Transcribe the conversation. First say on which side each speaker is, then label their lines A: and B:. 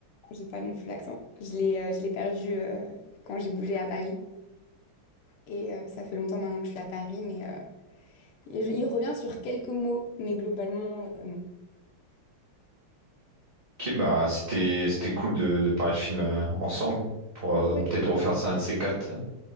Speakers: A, on the left; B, on the right.
A: J'ai pas non plus l'accent. Je l'ai euh, je l'ai perdu euh, quand j'ai bougé à Paris. Et euh, ça fait longtemps maintenant que je suis à Paris, mais euh, il il revient sur quelques mots, mais globalement, euh, non.
B: Ok, bah c'était c'était cool de, de parler de films euh, ensemble pour euh,
A: Ouais,
B: peut-être refaire ça un de ces quatre. euh,